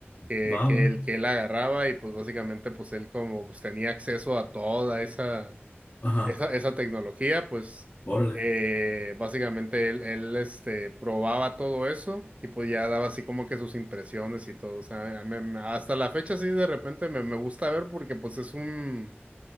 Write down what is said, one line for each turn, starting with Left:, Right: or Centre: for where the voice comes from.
Right: Que,
Left: va,
Right: que
Left: va.
Right: él, que él agarraba y pues básicamente pues él como pues tenía acceso a toda esa,
Left: Ajá,
Right: esa, esa tecnología, pues
Left: órale.
Right: eh, básicamente él, él este, probaba todo eso y pues ya daba así como que sus impresiones y todo. O sea, a mí- hasta la fecha sí de repente me, me gusta ver porque pues es un...